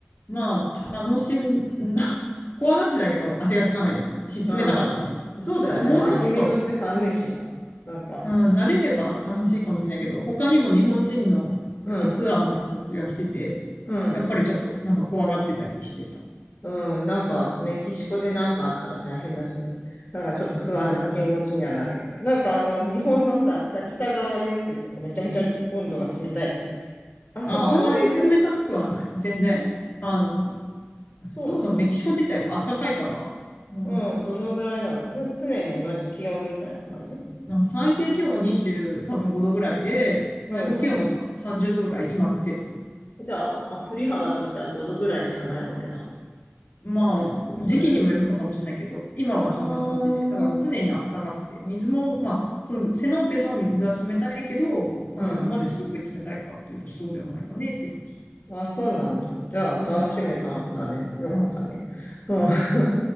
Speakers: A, on the left; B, on the left.
A: まあ、楽しみ、<laughs> まあ、怖がってたけど、足がつかないし、
B: うん。
A: 冷たかったから。
B: そうだよね。
A: まあ、もうちょっと、
B: 湧き水って寒いしさ。なんか、
A: うん、慣れれば楽しいかもしれないけど、他にも日本人の、
B: うん。
A: やっぱツアーの人たちが来てて、
B: うん。
A: やっぱりちょっとなんか怖がってたりしてた。
B: うん。なんか、メキシコでなんかあったら大変だしね。なんかちょっと不安な気持ちにはなるよね。なんかあの、日本のさ、北川湧水とかめちゃめちゃ温度が冷たいじゃん。あそこまででは、
A: あ、あんなに冷たくはない。全然。
B: あそ
A: あの、
B: そうなんだ。
A: そもそもメキシコ自体が暖かいから、あの、
B: うん、どのぐらいなのつ、常に同じ気温みたいな感じ
A: なんか最低気温が20、多分5度ぐらいで、最高気温がさ30度ぐらい、
B: うん。
A: 今の季節は。
B: じゃあ、あ、振り幅としては5度ぐらいしかないわけだ。
A: まあ、
B: あれそう、そうだよね。
A: 時期にもよるのかもしれないけど、今はそんな感じで、
B: ああ、
A: だから常にあったかくて、水も、まあ、そのセノーテの水は冷たいけど、まあ、
B: うん。
A: そこまですごい冷たいかっていうと、そうでもないかねっていう感じ。
B: あ、そうなんだ。じゃあ、
A: まあ、
B: 楽しめたんだね。よかったね。
A: うん、
B: うん、
A: うん、
B: そ